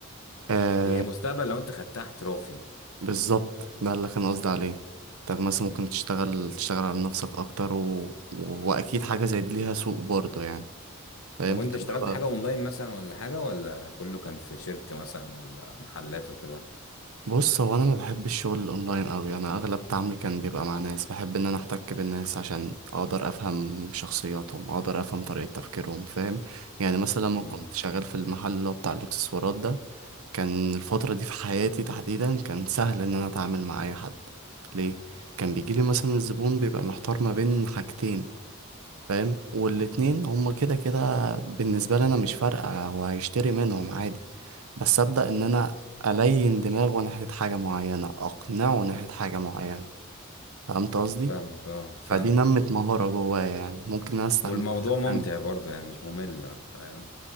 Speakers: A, on the right; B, on the left.
A: آه
B: هي مستقبل لو انت خدتها احترافي
A: بالظبط ده اللي كان قصدي عليه انت مثلا
B: مم.
A: ممكن تشتغل تشتغل على نفسك اكتر و... و... واكيد حاجة زي دي ليها سوق برضه يعني فاهم
B: طب وانت
A: تبدأ
B: اشتغلت
A: بقى
B: حاجه اونلاين مثلا ولا حاجه ولا كله كان في شركه مثلا ولا محلات وكده
A: بص هو انا ما بحب الشغل الاونلاين قوي انا اغلب تعاملي كان بيبقى مع ناس بحب ان انا احتك بالناس عشان اقدر افهم شخصياتهم اقدر افهم طريقة تفكيرهم فاهم يعني مثلا لما
B: مم.
A: كنت شغال في المحل اللي هو بتاع الاكسسوارات ده كان الفترة دي في حياتي تحديدا كان سهل ان انا اتعامل مع اي حد ليه كان بيجيلي مثلا الزبون بيبقى محتار ما بين حاجتين فاهم والاتنين هما كده كده بالنسبة لي أنا مش فارقة هو هيشتري منهم عادي بس أبدأ إن أنا ألين دماغه ناحية حاجة معينة أقنعه ناحية حاجة معينة فهمت قصدي؟
B: فاهمك اه فاهمك
A: فدي نمت
B: اه
A: مهارة جوايا يعني ممكن أنا أستعملها
B: والموضوع
A: في حاجة
B: ممتع
A: تانية
B: برضه يعني مش ممل فاهم